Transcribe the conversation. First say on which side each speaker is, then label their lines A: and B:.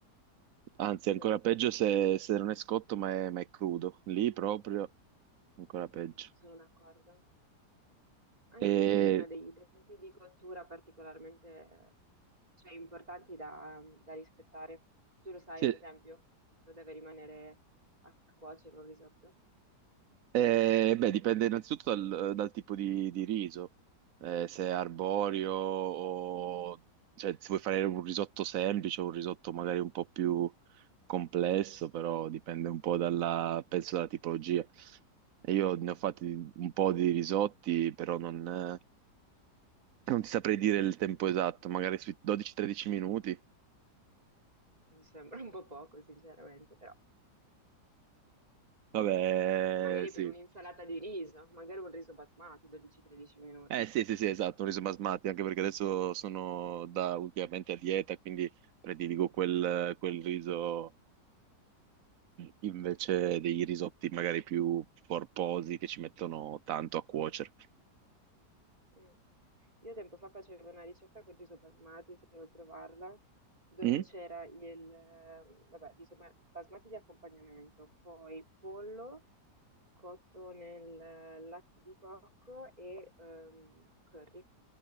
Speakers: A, on the right; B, on the right.
A: Anzi,
B: Sì,
A: ancora peggio se, se non è scotto, ma è, ma è crudo. Lì proprio ancora peggio.
B: sono d'accordo. Anche
A: E,
B: perché ci sono dei tempi di cottura particolarmente, cioè, importanti da, da rispettare. Tu lo sai,
A: sì,
B: ad esempio, tu deve rimanere a cuocere un risotto.
A: e, beh, dipende innanzitutto dal, dal tipo di, di riso. Eh, se è arborio o cioè, se vuoi fare un risotto semplice o un risotto magari un po' più complesso, però dipende un po' dalla, penso dalla tipologia. E Io ne ho fatti un po' di risotti, però non, eh, non ti saprei dire il tempo esatto, magari sui 12-13 minuti.
B: Mi sembra un po' poco, sinceramente, però.
A: Vabbè,
B: magari
A: sì.
B: per un'insalata di riso, magari un riso basmati, 12-13 minuti.
A: Eh sì, sì, sì, esatto, un riso basmati, anche perché adesso sono da ultimamente a dieta, quindi prediligo quel, quel riso invece dei risotti magari più corposi che ci mettono tanto a cuocere.
B: Mm. Io tempo fa facevo una ricetta con riso basmati, se vuoi provarla, dove
A: Mm?
B: c'era il, ehm, vabbè, riso ba- basmati di accompagnamento, poi pollo cotto nel eh, latte di cocco e ehm, curry.